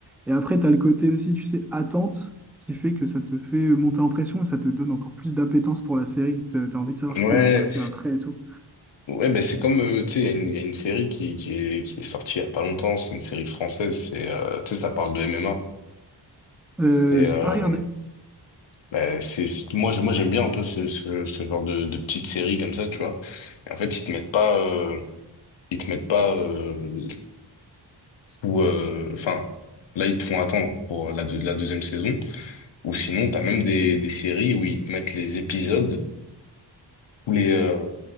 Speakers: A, in the centre; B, on the left.
A: Et après, tu as le côté aussi, tu sais, attente, qui fait que ça te fait monter en pression et ça te donne encore plus d'appétence pour la série. Tu as envie de savoir
B: Ouais,
A: ce qui va se passer après et tout.
B: Ouais, ben c'est comme, euh, tu sais, il y, a une il y a une série qui, qui est, qui est sortie il y a pas longtemps, c'est une série française, c'est, euh, tu sais, ça parle de MMA.
A: Euh,
B: C'est,
A: j'ai
B: euh,
A: pas regardé.
B: ben, c'est, c'est- moi, je- moi j'aime bien un peu ce, ce, ce genre de, de petite série comme ça, tu vois. Et en fait, ils te mettent pas, euh, ils te mettent pas, euh, ou, euh, enfin, là, ils te font attendre pour la, deux- la deuxième saison, ou sinon, t'as même des, des séries où ils te mettent les épisodes, tous les, euh,